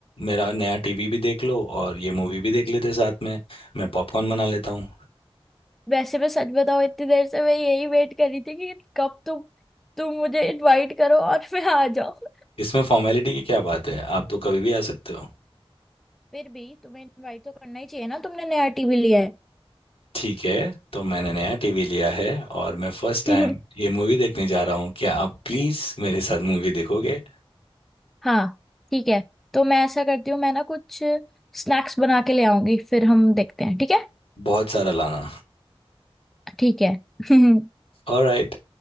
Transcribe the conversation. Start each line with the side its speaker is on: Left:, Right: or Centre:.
Left: मेरा नया टीवी भी देख लो और ये मूवी भी देख लेते साथ में मैं पॉपकॉर्न बना लेता हूँ
Centre: वैसे मैं सच बताऊं इतनी देर से मैं यही वेट कर रही थी कि कब तुम तुम मुझे इनवाइट करो और <laughs> मैं आ जाऊं
Left: इसमें फॉर्मेलिटी की क्या बात है आप तो कभी भी आ सकते हो
Centre: फिर भी तुम्हें इनवाइट तो करना ही चाहिए ना तुमने नया टीवी लिया
Left: ठीक है तो मैंने नया टीवी लिया है और मैं फर्स्ट टाइम
Centre: है
Left: ये मूवी देखने जा रहा हूँ क्या आप प्लीज़
Centre: <laughs>
Left: मेरे साथ मूवी देखोगे
Centre: हाँ ठीक है तो मैं ऐसा करती हूँ मैं ना कुछ स्नैक्स बना के ले आऊंगी फिर हम देखते हैं ठीक है
Left: बहुत सारा लाना
Centre: ठीक है <laughs>
Left: ऑलराइट